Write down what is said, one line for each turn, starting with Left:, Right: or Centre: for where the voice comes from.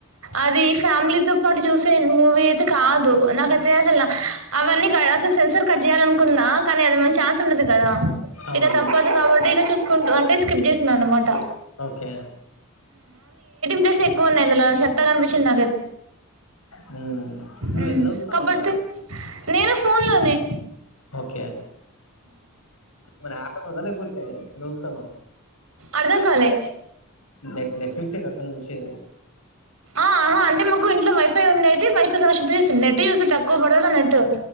Right: అది ఫ్యామిలీతో పాటు చూసే మూవీ అయితే కాదు నాకు అత అసలు అవన్నీ అసలు సెన్సర్ కట్ చేయాలినుకు కానీ అది మ ఛాన్స్ ఉండదు కదా
Left: అవును
Right: ఇక తప్పదు కాబట్టి ఇక చూ కు అంటే స్కిప్ చేస్తుంద అనమాట
Left: ఓకే
Right: ప్లేస్క్కువ ఉన్నాయి ఇందులోలత్తత అనిించింది
Left: నువ్వ
Right: హ్మ్.
Left: ఎందుల వస్తాను
Right: కాపోతే
Left: అక్క
Right: నేను ఫోన్ లోనే
Left: ఓకే మపో సా
Right: అర్థం కాలే.
Left: నెట్ నెట్ ఫూస కకు వషనే
Right: ఆహా అంటే మాకు ఇంట్లో వైఫై ఉే అయితే వైఫై నెట్ తక్కువ పడద నెట్